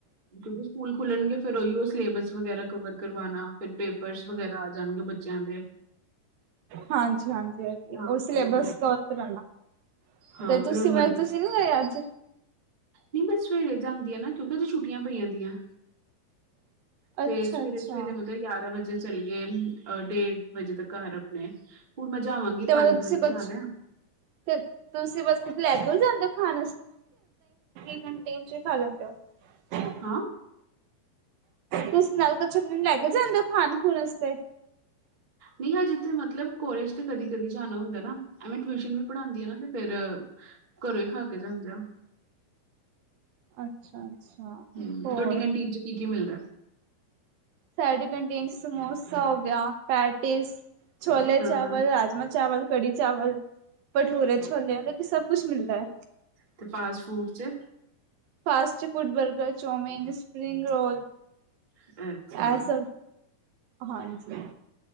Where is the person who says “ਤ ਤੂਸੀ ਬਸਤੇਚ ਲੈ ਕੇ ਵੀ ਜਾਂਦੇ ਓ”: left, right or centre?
Right